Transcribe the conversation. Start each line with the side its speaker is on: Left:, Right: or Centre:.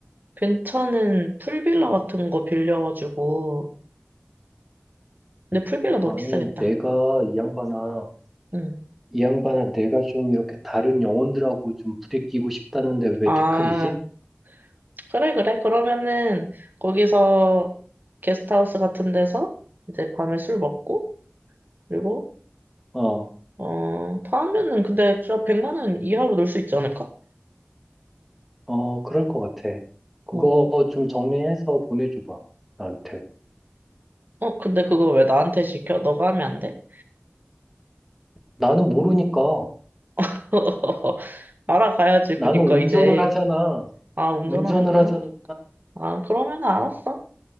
Right: 괜찮은 풀빌라 같은 거 빌려가지고. 근데 풀빌라 너무
Centre: 아니,
Right: 비싸겠다.
Centre: 내가 이 양반아,
Right: 응.
Centre: 이 양반아, 내가 좀 이렇게 다른 영혼들하고 좀 부대끼고 싶다는데 왜
Right: 아,
Centre: 태클이지?
Right: 그래, 그래. 그러면은 거기서 게스트하우스 같은 데서 이제 밤에 술 먹고 그리고
Centre: 어,
Right: 어, 다 하면은 근데 진짜 100만 원 이하로 놀 수 있지 않을까?
Centre: 어, 그럴 것 같아. 그거
Right: 어.
Centre: 좀 정리해서 보내줘봐, 나한테.
Right: 어, 근데 그거 왜 나한테 시켜? 너가 하면 안 돼?
Centre: 나는 모르니까.
Right: <laughs> 알아가야지.
Centre: 나는
Right: 그니까
Centre: 운전을
Right: 이제
Centre: 하잖아.
Right: 아, 운전하는구나.
Centre: 운전을 하잖아.
Right: 아, 그러면 알았어.